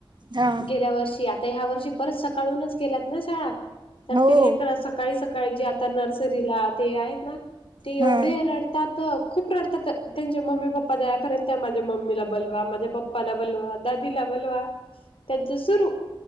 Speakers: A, on the right; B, on the left.
A: हा
B: गेल्या वर्षी, आता ह्या वर्षी, परत सकाळूनच केल्यात ना शाळा. तर
A: हो
B: ते लेकरं असं सकाळी -सकाळी, जे आता नर्सरीला ते आहेत ना, ते एवढे
A: हा
B: रडतात त खूप रडतात. त्यांचे मम्मी पप्पा जायपर्यंत. माझ्या मम्मीला बलवा, माझे पप् पप्पाला बलवा, दादीला बलवा. त्यांचं सुरू,